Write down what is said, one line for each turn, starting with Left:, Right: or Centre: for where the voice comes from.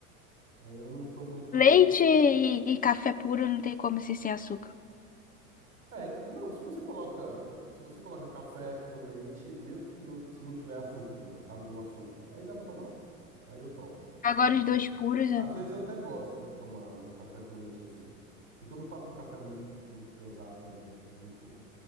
Right: aí eu não sou muito fã,
Left: Leite
Right: não.
Left: e, e café puro não tem como ser sem açúcar.
Right: É, então, não, se você coloca, se você coloca café com leite, mesmo que não, se não tiver açúcar, por exemplo, acabou o açúcar, aí dá pra tomar. Aí eu tomo. É,
Left: Agora
Right: tipo,
Left: os dois puros, né?
Right: às vezes eu até gosto de tomar um café com leite assim, porque eu não faço um café muito muito pesado também, tipo muito